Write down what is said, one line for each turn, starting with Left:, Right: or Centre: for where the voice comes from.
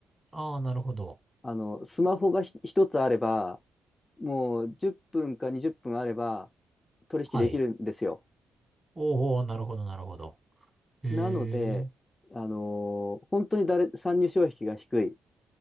Right: ああ、なるほど。
Left: あの、スマホがひ一つあれば、もう10分か20分あれば取引できるんですよ。
Right: はい。おお、なるほど、なるほど。へ
Left: なので、
Right: え。
Left: あのー本当に誰、参入障壁が低い。